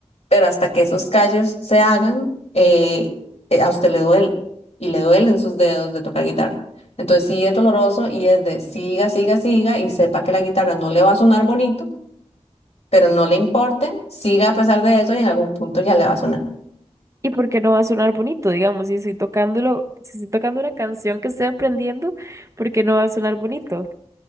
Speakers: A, on the left; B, on the right.
A: Pero hasta que esos callos se hagan, eh, eh, a usted le duele y le duelen sus dedos de tocar guitarra. Entonces sí es doloroso y es de siga, siga, siga y sepa que la guitarra no le va a sonar bonito, pero no le importe, siga a pesar de eso y en algún punto ya le va a sonar.
B: y porque no va a sonar bonito, digamos, si estoy tocándolo, si estoy tocando una canción que estoy aprendiendo, porque no va a sonar bonito.